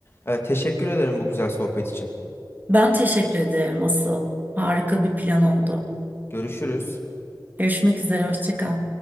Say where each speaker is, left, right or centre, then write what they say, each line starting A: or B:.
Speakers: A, on the left (about 35°); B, on the right (about 25°).
A: Ee, teşekkür ederim bu güzel sohbet için.
B: Ben teşekkür ederim asıl. Harika bir plan oldu.
A: Görüşürüz.
B: Görüşmek üzere, hoşça kal.